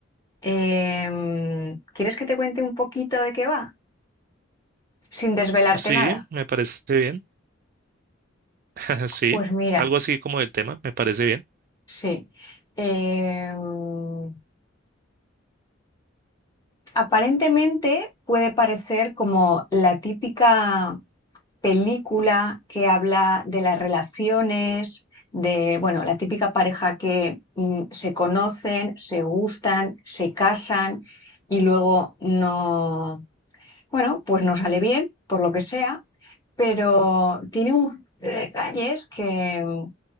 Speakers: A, on the left; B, on the right.
A: Em, ¿quieres que te cuente un poquito de qué va? Sin desvelarte
B: Sí,
A: nada.
B: me parece bien. <laughs> Sí,
A: Pues mira,
B: algo así como del tema, me parece bien.
A: sí. Em, aparentemente puede parecer como la típica película que habla de las relaciones, de, bueno, la típica pareja que mm, se conocen, se gustan, se casan y luego no, bueno, pues no sale bien, por lo que sea, pero tiene unos detalles que mm,